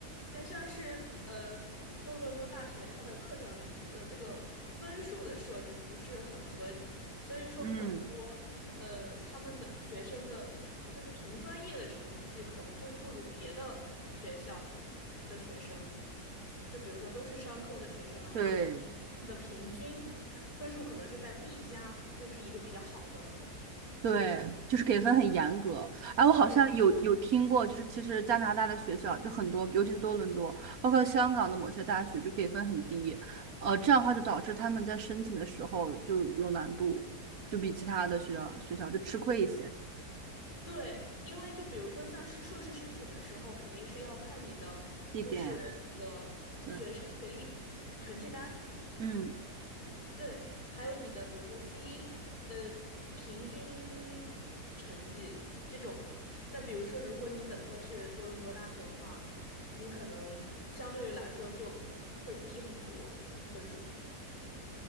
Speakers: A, on the left; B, on the right.
A: 像像是呃，多伦多大学它的课程的这个分数的设置不是很合理，所以说很多
B: 嗯，
A: 呃他们的学生的就是同专业的成绩可能就是不如别的学校的学生，就比如说都是商科的学生的话，
B: 对，
A: 他们的平均分数可能是在 B 加，就是一个比较好的
B: 对，
A: 水平。
B: 就是给分很严格。哎，我好像有有听过，
A: 对，的。
B: 就是其实加拿大的学校就很多，尤其是多伦多，包括香港的某些大学就给分很低，呃，这样的话就导致他们在申请的时候就有难度，就比其他的学校学校就吃亏一些。
A: 对，因为就比如说像是硕士申请的时候，肯定是要看你的就是那个学成学历成绩单，
B: 这点，对，嗯。
A: 对，还有你的比如说 C 呃平均成绩这种的。但比如说如果你本科是多伦多大学的话，你可能相对于来说就会低很多分数。